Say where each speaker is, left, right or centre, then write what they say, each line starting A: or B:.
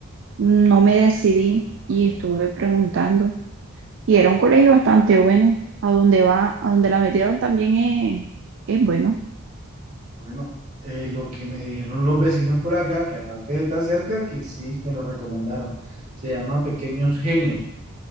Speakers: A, on the right (about 55°); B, on the right (about 35°).
A: no me decidí y estuve preguntando. Y era un colegio bastante bueno. A donde va, a donde la metieron también es, es bueno.
B: Bueno, eh, lo que me dijeron los vecinos por acá, que aparte de estar cerca, que sí me lo recomendaron. Se llama Pequeños Genios.